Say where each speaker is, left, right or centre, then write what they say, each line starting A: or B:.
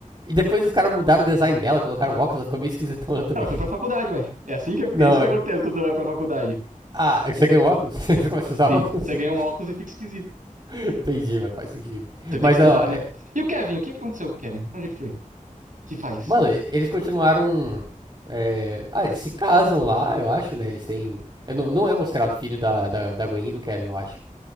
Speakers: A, on the right; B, on the right.
A: E depois os caras mudaram o design dela, colocaram um óculos, ela ficou meio esquisitona <laughs> também.
B: Ela foi pra faculdade, ué. É assim que, é
A: Não,
B: isso que
A: é.
B: acontece quando você vai pra faculdade.
A: Ah, você ganha um óculos? <laughs> Você começa a usar
B: Sim,
A: óculos?
B: você ganha
A: <laughs>
B: um óculos e fica esquisito.
A: Entendi, mano, faz sentido.
B: Você tem
A: Mas,
B: que estudar,
A: ó, é,
B: né? E o Kevin? O que que aconteceu com o Kevin? Pra onde ele foi? O que faz?
A: mano, eles continuaram. é, Ah, eles se casam lá, eu acho, né? Eles têm. eu não, não é mostrado o filho da, da, da Gwen e do Kevin, eu acho.